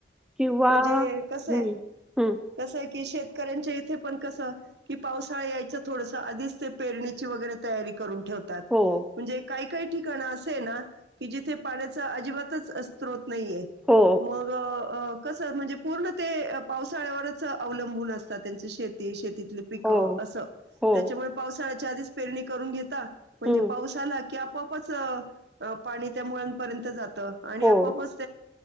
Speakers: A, in the centre; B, on the right.
A: किंवा
B: म्हणजे कसंय
A: हं, हं.
B: कसंय की शेतकऱ्यांच्या इथे पण क सं की पावसाळा यायच्या थोडसं आधीच ते पेरणीची वगैरे तयारी करून ठेवतात
A: हो,
B: म्हणजे काही काही ठिकाण असं आहे ना, की जिथे पाण्याचा अजिबातच स्रोत नाहीे हाय
A: हो,
B: मग. अ कसं म्हणजे पूर्ण ते पावसाळ्यावरच अवलंबून असतात त्यांची शेती-शेती तितली पिक
A: हो,
B: अस
A: हो.
B: त्याच्यामुळे पावसाळ्यात. पावसाच्या आधीच पेरणी करून घेता. म्हणजे
A: हं.
B: पाऊस आला की आप आपोआपच पाणी त्या मुळांपर्यंत जात. आणि
A: हो,
B: आपोआपच